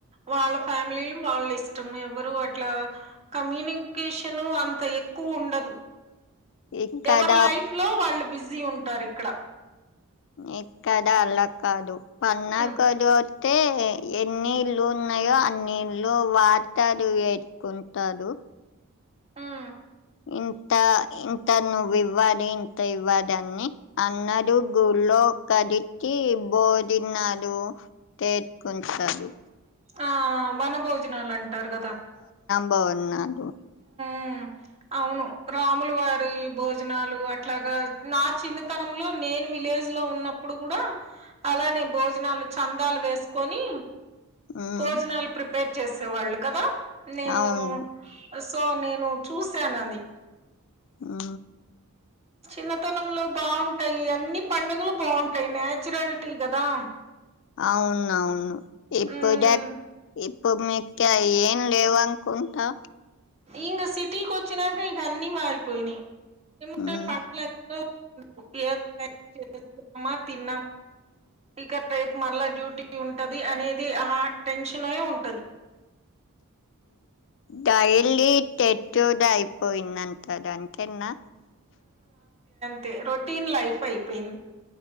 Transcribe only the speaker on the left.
ఇక్కడ
ఇక్కడ అలా కాదు పన్నగలు
వత్తే ఎన్నిళ్లు ఉన్నాయో అన్నిళ్లు వాడతారు వేట్కుంటారు
ఇంత ఇంత నువ్ ఇవ్వాలి ఇంత ఇవ్వాలి అని అన్నారు గుళ్ళో ఒక్కరికీ భోజనాలు చేతుకుంటారు
బన్నారు
ఉమ్,
అవును
ఆ
అవును అవును ఎప్పుడ
ఇప్. ఇప్పుడు మీకె యేమ్ లేవునుకుంటా.
ఉమ్,
డైలీ టేట్యూ డయిపోయిందట డంతేనా.